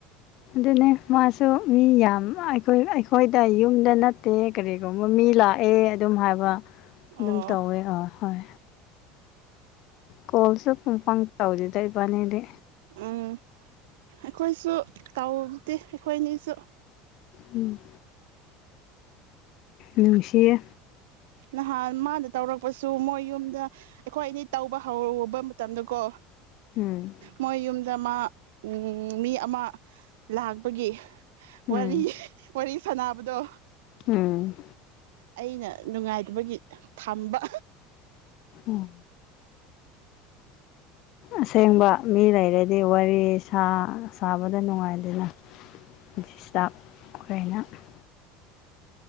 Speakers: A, on the left; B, on the right.
A: ꯑꯗꯨꯅꯦ ꯃꯥꯁꯨ ꯃꯤ ꯌꯥꯝ ꯑꯩꯈꯣꯏ ꯑꯩꯈꯣꯏꯗ ꯌꯨꯝꯗ ꯅꯠ ꯇꯦ ꯀꯔꯤꯒꯨꯝꯕ ꯃꯤ ꯂꯥꯛꯑꯦ ꯑꯗꯨꯝ ꯍꯥꯏꯕ ꯑꯗꯨꯝ
B: ꯑꯣ
A: ꯇꯧꯋꯦ ꯑ ꯍꯣꯏ ꯀꯣꯜꯁꯨ ꯄꯥꯡ ꯄꯥꯡ ꯇꯧꯗꯦꯗ ꯏꯕꯥꯅꯤꯗꯤ
B: ꯎꯝ ꯑꯩꯈꯣꯏꯁꯨ ꯇꯧꯗꯦ ꯑꯩꯈꯣꯏꯅꯤꯁꯨ
A: ꯎꯝ ꯅꯨꯡꯁꯤꯌꯦ
B: ꯅꯍꯥꯟ ꯃꯥꯅ ꯇꯧꯔꯛꯄꯁꯨ ꯃꯣꯏ ꯌꯨꯝꯗ ꯑꯩꯈꯣꯏ ꯑꯅꯤ ꯇꯧꯕ ꯍꯧꯕ ꯃꯇꯝꯗꯀꯣ
A: ꯎꯝ
B: ꯃꯣꯏ ꯌꯨꯝ ꯗꯃꯥ ꯎꯝ ꯃꯤ ꯑꯃ ꯂꯥꯛꯄꯒꯤ
A: ꯎꯝ
B: ꯋꯥꯔꯤ ꯋꯥꯔꯤ ꯁꯥꯟꯅꯕꯗꯣ
A: ꯎꯝ
B: ꯑꯩꯅ ꯅꯨꯡꯉꯥꯏꯇꯕꯒꯤ ꯊꯝꯕ꯫
A: ꯑꯣꯝ ꯑꯁꯦꯡꯕ ꯃꯤ ꯂꯩꯔꯗꯤ ꯋꯥꯔꯤ ꯁꯥ ꯁꯥꯕꯗ ꯅꯨꯡꯉꯥꯏꯗꯦꯅ꯫ <unintelligible>